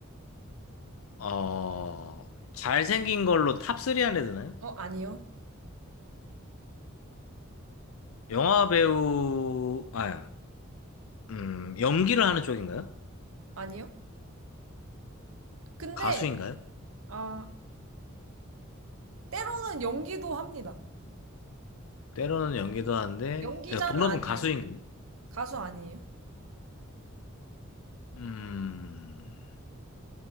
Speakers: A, on the left; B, on the right.
A: 어, 잘생긴 걸로 탑 3 안에 드나요?
B: 어, 아니요.
A: 영화 배우, 아, 음, 연기를 하는 쪽인가요?
B: 아니요. 근데,
A: 가수인가요?
B: 아, 때로는 연기도 합니다.
A: 때로는 연기도 하는데,
B: 연기자는
A: 예, 본업은
B: 아니에요.
A: 가수인가요?
B: 가수 아니에요.
A: 음,